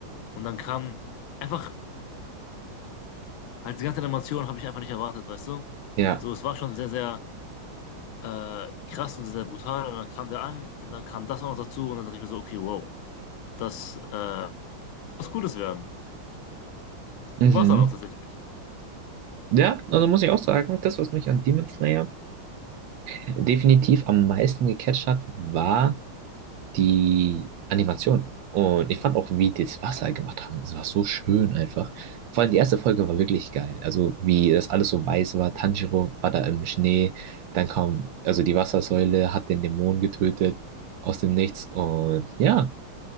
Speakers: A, on the left (about 75°); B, on the right (about 70°).
A: Und dann kam einfach, halt die ganze Animation habe ich einfach nicht erwartet, weißt du?
B: Ja.
A: So, es war schon sehr, sehr äh, krass und sehr, sehr brutal. Und dann kam der an und dann kam das auch noch dazu und dann dachte ich mir so, okay, wow, das äh, was Gutes werden.
B: Mhm.
A: Und war es dann auch tatsächlich.
B: Ja, also muss ich auch sagen, das, was mich an Demon Slayer definitiv am meisten gecatcht hat, war. die Animation. Und ich fand auch, wie die das Wasser gemacht haben, es war so schön einfach. Vor allem die erste Folge war wirklich geil. Also wie das alles so weiß war, Tanjiro war da im Schnee, dann kam, also die Wassersäule hat den Dämon getötet aus dem Nichts und ja,